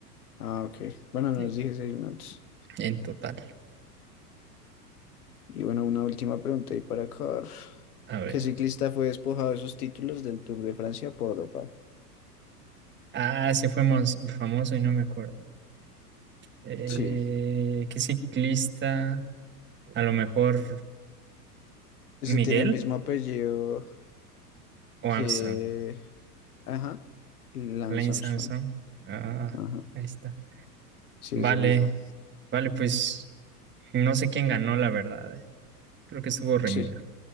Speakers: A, on the left; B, on the right.
A: Ah, ok. Bueno, nos
B: Eh,
A: dije seis minutos.
B: En total.
A: Y bueno, una última pregunta y para acabar.
B: A ver.
A: ¿Qué ciclista fue despojado de sus títulos del Tour de Francia por Europa?
B: Ah, ese fue mos- famoso y no me acuerdo. Eh,
A: Sí.
B: ¿qué ciclista? A lo mejor
A: Este
B: Miguel
A: tiene el mismo apellido
B: o
A: que...
B: Armstrong.
A: Ajá. Lance
B: Lance
A: Armstrong.
B: Armstrong. Ah,
A: Ajá.
B: ahí está.
A: Sí,
B: Vale,
A: ese mismo.
B: vale, pues no sé quién ganó, la verdad. eh. Creo que estuvo reñido.
A: Sí.